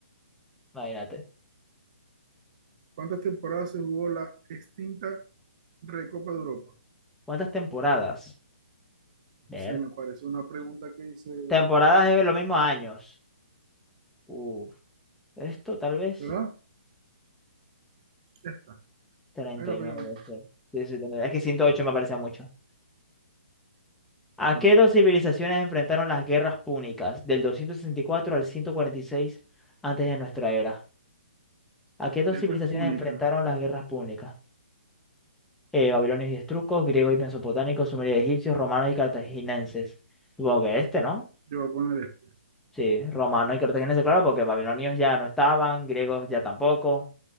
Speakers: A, in the centre; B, on the right.
A: Imagínate.
B: ¿Cuántas temporadas se jugó la extinta Recopa de Europa?
A: ¿Cuántas temporadas? Ver.
B: Se me parece una pregunta que hice,
A: Temporadas es lo mismo a años. Uf, esto tal vez
B: ¿verdad? Esta.
A: 39,
B: Ahí la pegamos.
A: sí. Sí, sí, 39. Es que 108 me parece mucho. ¿A
B: Claro.
A: qué dos civilizaciones enfrentaron las guerras púnicas del 264 al 146 antes de nuestra era? ¿A qué dos
B: Guerra
A: civilizaciones
B: es Púnica.
A: enfrentaron las guerras púnicas? Eh, babilonios y estrucos, griegos y mesopotámicos, sumerios y egipcios, romanos y cartaginenses. Supongo que este, ¿no?
B: Yo voy a poner este.
A: Sí, romanos y cartaginenses, claro, porque babilonios ya no estaban, griegos ya tampoco.